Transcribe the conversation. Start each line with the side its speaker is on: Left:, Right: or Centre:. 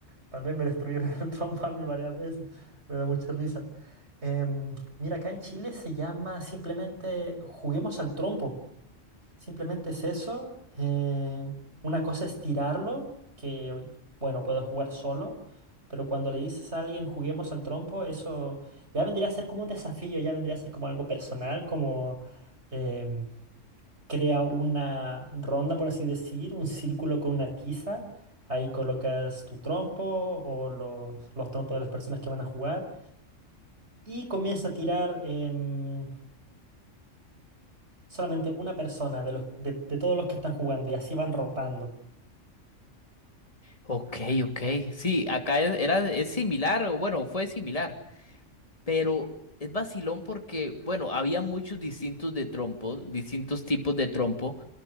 Right: también me destruyeron <laughs> el trompo a mí varias veces. Me da mucha risa. Em, mira, acá en Chile se llama simplemente juguemos al trompo. Simplemente es eso. eh, una cosa es tirarlo, que bueno, puedo jugar solo, pero cuando le dices a alguien juguemos al trompo, eso ya vendría a ser como un desafío, ya vendría a ser como algo personal, como em, crea una ronda, por así decir, un círculo con una tiza. Ahí colocas tu trompo o los, los trompos de las personas que van a jugar y comienza a tirar em, solamente una persona de, los, de de todos los que están jugando y así van rotando.
Left: Ok, ok, sí, acá es, era, es similar, o bueno, fue similar, pero es vacilón porque, bueno, había muchos distintos de trompos, distintos tipos de trompo.